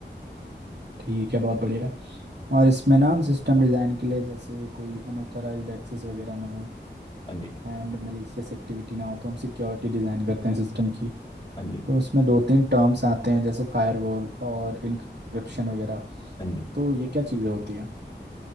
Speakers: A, on the right; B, on the left.
A: ठीक है बहुत बढ़िया और इसमें ना हम सिस्टम डिज़ाइन के लिए जैसे कोई अनऑथराइज्ड एक्सेस वगैरह ना हो
B: हाँ जी
A: एंड मैलिशियस एक्टिविटी ना हो तो हम सिक्योरिटी डिज़ाइन करते हैं सिस्टम की
B: हाँ जी
A: तो उसमें दो तीन टर्म्स आते हैं जैसे फायरवॉल और इनक्रिप्शन वगैरह
B: हाँ जी
A: तो ये क्या चीज़ें होती हैं